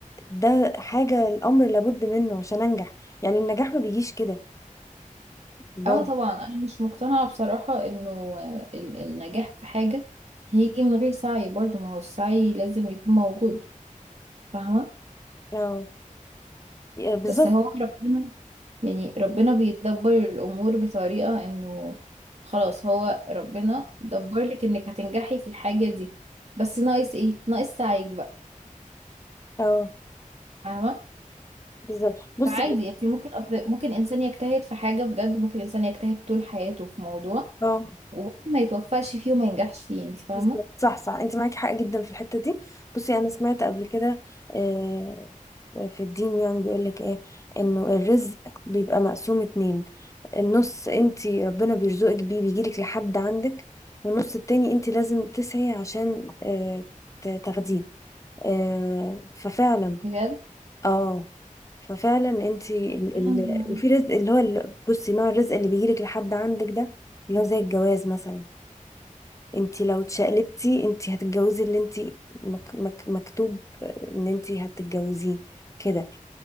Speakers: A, on the left (about 20°); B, on the right (about 50°).
A: ده حاجة الامر لابد منه عشان انجح يعني النجاح ما بيجيش كده برضه
B: اه طبعا انا مش مقتنعة بصراحة انه آه، ال- النجاح في حاجة هيجي من غير سعي برضه ما هو السعي لازم يكون موجود فاهمة
A: اه بالظبط
B: بس هو ربنا يعني ربنا بيدبر الامور بطريقة انه خلاص هو ربنا دبر لك انك هتنجحي في الحاجة دي بس ناقص ايه ناقص سعيك بقى
A: اه
B: فاهمة
A: بالظبط بصي
B: فعادي انت ممكن أصل ممكن انسان يجتهد في حاجة بجد ممكن انسان يجتهد طول حياته في موضوع
A: اه
B: وبرضه ما يتوفقش فيه وما ينجحش فيه انت فاهمة
A: بالظبط صح صح انت معاكي حق جدا في الحته دي بصي انا سمعت قبل كده آه، في الدين يعني بيقول لك ايه انه الرزق بيبقى مقسوم اتنين النص انت ربنا بيرزقك بيه بيجيلك لحد عندك والنص التاني انت لازم تسعي عشان آه، ت- تاخديه آه، ففعلا
B: بجد
A: اه ففعلا انت ال...
B: أنا-
A: ال... في رزق اللي هو ال- بصي نوع الرزق اللي بيجيلك لحد عندك ده اللي هو زي الجواز مثلا انت لو اتشقلبتي انت هتتجوزي اللي انت مك مك مكتوب ان انت هتتجوزيه كده